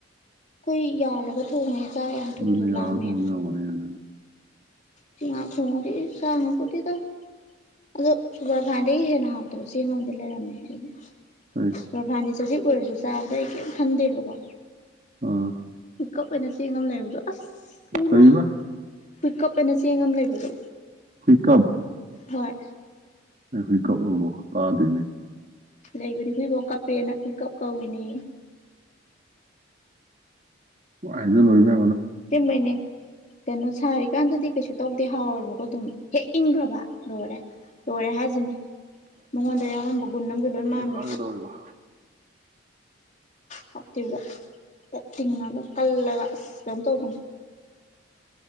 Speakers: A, on the left (about 35°); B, on the right (about 35°).
A: ꯑꯩꯈ ꯌꯥꯜꯂꯒ ꯊꯣꯡꯉꯦ ꯌꯥꯝꯡꯊꯨ
B: ꯑꯗꯨꯅ
A: ꯊꯨꯂꯥꯑꯃꯦ
B: ꯌꯥꯔ ꯊꯣꯡꯗꯣꯏ ꯑꯣꯏꯔꯝꯒꯅꯤ ꯑꯗꯨꯅꯤ
A: ꯆꯉꯥ ꯈꯣꯡꯉꯨꯗꯤ ꯁꯥ ꯉꯄꯗꯤꯗꯣ ꯑꯗꯣ ꯁꯨꯒꯔ ꯐꯥꯟꯗꯒꯤ ꯍꯦꯟꯅ ꯍꯥꯎꯇꯕ ꯆꯦꯡꯉꯝꯗꯤ ꯂꯩꯔꯝꯃꯦ ꯑꯩꯒꯤ
B: ꯀꯔꯤ
A: ꯔꯚꯅꯤꯁꯖꯤ ꯑꯣꯏꯔꯁꯨ ꯆꯥꯕꯗ ꯑꯩ ꯀꯔꯤꯝ ꯈꯟꯗꯦꯕꯀꯣ
B: ꯑꯥ
A: ꯄꯤꯀꯞ ꯑꯣꯏꯅ ꯆꯦꯡ ꯑꯃ ꯂꯩꯕ꯭ꯔꯣ ꯑꯁ ꯎꯃ
B: ꯀꯔꯤꯕ
A: ꯄꯤꯛꯑꯞ ꯑꯩꯈꯣꯏꯅ ꯆꯦꯡ ꯑꯃ ꯂꯩꯕꯗꯣ
B: ꯍꯤꯀꯞ
A: ꯍꯣꯏ
B: ꯑꯩ ꯍꯧꯏ ꯀ ꯄꯥꯗꯅꯦ
A: ꯂꯩꯕꯅꯤ ꯍꯣꯏꯕꯧ ꯀꯥꯄꯦꯅ ꯀꯞ ꯀꯧꯋꯅꯤ
B: ꯑꯣ ꯍꯥꯏꯖ ꯂꯣꯏꯃꯦ
A: ꯆꯃꯩꯅꯦ ꯀꯩꯅꯣ ꯁꯔꯦ ꯀꯥꯟꯗꯗꯤ ꯀꯩꯁꯨ ꯇꯧꯗꯦ ꯍꯥꯎꯋꯦꯕꯀꯣ ꯑꯗꯨꯝ ꯍꯦꯛ ꯏꯪꯈ꯭ꯔꯕ ꯂꯣꯏꯔꯦ ꯂꯣꯏꯔꯦ ꯍꯥꯏ ꯁꯤꯅꯤ ꯃꯉꯣꯟꯗ ꯌꯥꯎꯔꯝꯕ ꯒꯨꯟ ꯑꯃꯒ ꯂꯣꯏ
B: ꯊꯤꯅ
A: ꯃꯥꯡꯈ꯭ꯔꯦ
B: ꯉꯥꯡꯒꯗꯧꯔꯤꯕ
A: ꯍꯥꯞꯇꯗ ꯇꯤꯡꯉꯒ ꯀꯜꯂꯒ ꯑꯁ ꯀꯩꯅꯣ ꯇꯧꯕꯅꯦ